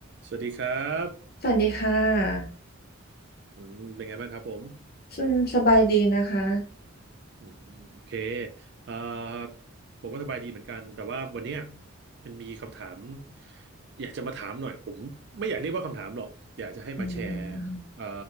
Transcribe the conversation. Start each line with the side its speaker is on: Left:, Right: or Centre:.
Right: สวัสดีครับ
Left: สวัสดีค่ะ
Right: อืมเป็นไงบ้างครับผม
Left: อืมสบายดีนะคะ
Right: อืมโอเคเอ่อผมก็สบายดีเหมือนกัน แต่ว่าวันเนี้ยมันมีคำถามอยากจะมาถามหน่อยผมไม่อยากเรียกว่าคำถามหรอก อยากจะให้มาแชร์
Left: อืม
Right: เอ่อ